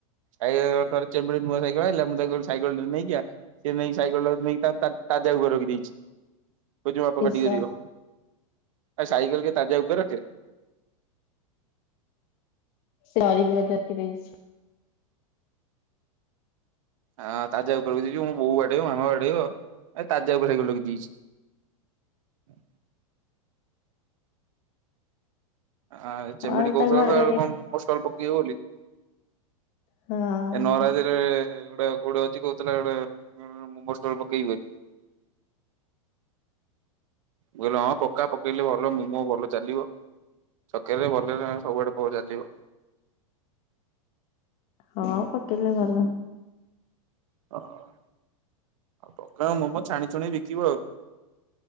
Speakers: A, on the right; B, on the left.
A: ଆ ଆଆ ଚେମିଡି ନୂଆ ସାଇକେଲ ଆଣିଲା ମୁଁ ତାକୁ କଇଲି ନେଇକି ସେ ନେଇକି ସାଇକେଲ୍ ଟାକୁ ନେଇକି ତା ଟା ତା ତାାକୁ ଘରଖି ଦେଇଛି ବଝ ବାପା
B: କିସ
A: କଟି କରିବ। ଆ ସାଇକଲ କେ ତାଜା ଉପରେ ରଖେ।
B: ସେରିକିତି ଦେଇଛି।
A: ହଁ ତାଜା ଉପରେଖି ଦେଇଛି ମୋ ବୋଉ ବାଡେଇବ ମାମା ବାଡେଇବ ଏ ତାଜା ଉପରେକ ଲେଇ ଦେଇଛି। ହ ଆ ଯେମିତି
B: ହଁ
A: କହୁଥିଲା
B: ତା ଘରେ
A: ତ ଆଡେ କଣ ମୋ ଷ୍ଟଲ ପକେଇବ ବୋଲି।
B: ହଁ
A: ଏ ନରାତିରେ। ଟେ କୋଉଠେ ଅଛି କହୁଥିଲେ ଏେ ମୁମଟ ପକେଇବ ବୋଲି ବୁିଲ ହଁ ପକ୍କା ପକେଇଲେ ଭଲ ମୁମୋ ଭଲ ଚାଲିବ ଛକେରେ ଭଲରେ ସବୁଆଡେ ପ ଚାଲିବ।
B: ହଁ ପକେଇଲେ ଭଲ।
A: ଅଁ ଓ। ଆଉ ପକା ମୋମୋ ଛାଣିଛୁଣି ବିକିବ ଆଉ।